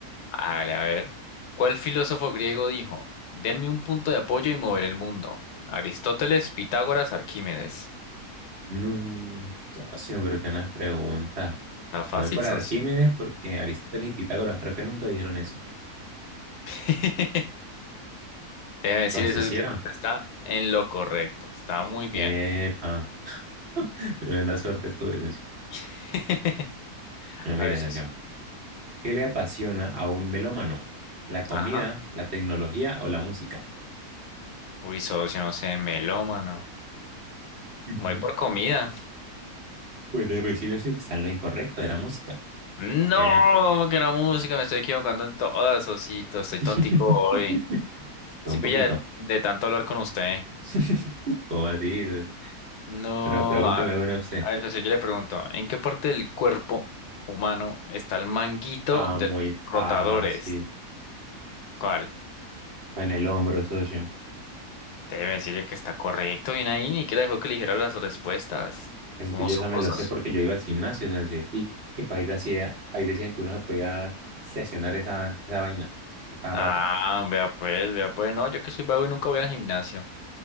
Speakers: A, on the left; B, on the right.
A: Hágale, a ver. ¿Cuál filósofo griego dijo? Denme un punto de apoyo y moveré el mundo. Aristóteles, Pitágoras, Arquímedes.
B: No, socio, pero que unas preguntas.
A: Está fácil,
B: Me voy por
A: socio.
B: Arquímedes porque Aristóteles y Pitágoras creo que nunca dijeron eso.
A: <laughs> Debe decir
B: Entonces,
A: eso
B: si
A: si te
B: era?
A: contesta en lo correcto. Está muy bien.
B: Epa, <laughs> tremenda suerte estuve, socio.
A: <laughs>
B: No, mire,
A: A ver, socio.
B: socio. ¿Qué le apasiona a un melómano? ¿La comida,
A: Ajá.
B: la tecnología o la música?
A: Uy, socio, no sé, melómano.
B: Ujú.
A: Voy por comida.
B: Pues de principio sí está en lo incorrecto, era música,
A: No,
B: para que vean.
A: que la música, me estoy equivocando en todas, socito. Estoy
B: <laughs>
A: tontico hoy.
B: Fue
A: Si
B: un
A: pilla
B: poquito,
A: de, de tanto hablar con usted.
B: <laughs> como así.
A: No,
B: Pero pregúnteme
A: a,
B: una usted.
A: a ver, socio, yo le pregunto, ¿en qué parte del cuerpo humano está el manguito
B: Ah,
A: de
B: muy
A: los rotadores?
B: fácil.
A: ¿Cuál?
B: Fue en el hombro, socio.
A: Debe decirle que está correcto, bien ahí, ni que dejó que eligiera las respuestas.
B: Así
A: ¿Cómo
B: que yo
A: supo,
B: esa me lo
A: socio?
B: sé porque yo iba al gimnasio, socio. Y, y pa' ahí, decía, ahí decían que uno se podía sesionar esa, esa vaina a cada rato.
A: Ah, vea pues, vea pues, no, yo que soy vago y nunca voy al gimnasio.